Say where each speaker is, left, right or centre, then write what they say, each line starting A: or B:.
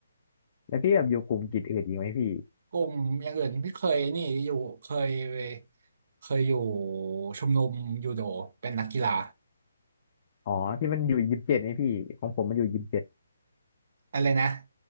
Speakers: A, on the left; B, on the right.
A: แล้วพี่แบบอยู่กลุ่มกิจอื่นอีกไหมพี่
B: <laughs> กลุ่มอย่างอื่นที่เคยนี่อยู่เคยเคยอยู่ชมรมยูโดเป็นนักกีฬา
A: อ๋อที่มันอยู่ยิมเจ็ดไหมพี่ของผมมันอยู่ยิมเจ็ด
B: อะไรนะ